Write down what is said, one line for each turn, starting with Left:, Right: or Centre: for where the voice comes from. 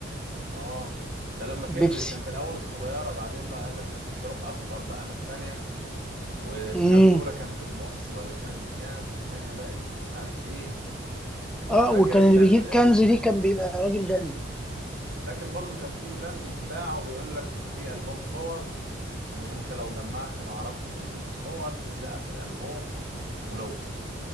Right: آه ده لما كبرت
Centre: البيبسي
Right: كانت الأول الصغيرة بعدين بقى قال لك ده في صاروخ أكبر بقى من التانية ومش
Centre: امم
Right: عارف الأولى كانت بنص ولا كانت بكام فالتانية بقت مش عارف إيه طب
Centre: اه
Right: فاكر
Centre: وكان
Right: أنت
Centre: اللي
Right: ال...
Centre: بيجيب كنز دي كان بيبقى راجل غني
Right: فاكر برضو كان في البان بيتباع وبيقول لك في ألبوم صور وأنت لو جمعت معرفش الصور تلزقها في الألبوم ولو